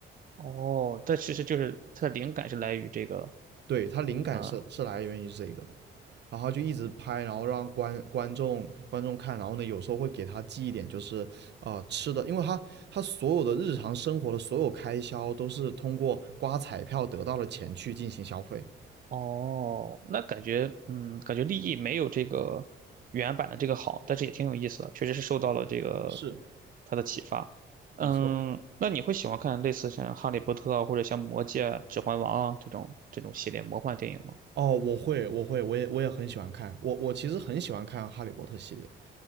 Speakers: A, on the right; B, on the right.
A: 哦，但其实就是它的灵感是来于这个，
B: 对，他灵感是是来源于这个的，
A: 嗯，
B: 然后就一直拍，然后让观观众观众看，然后呢，有时候会给他寄一点就是呃吃的，因为他他所有的日常生活的所有开销都是通过刮彩票得到的钱去进行消费。
A: 哦，那感觉，嗯，感觉立意没有这个原版的这个好，但是也挺有意思的，确实是受到了这个
B: 是，
A: 它的启发。嗯，
B: 没错。
A: 那你会喜欢看类似像《哈利波特》啊，或者像《魔戒》啊指环王》啊这种这种系列魔幻电影吗？
B: 哦，我会，我会，我也我也很喜欢看，我我其实很喜欢看《哈利波特》系列。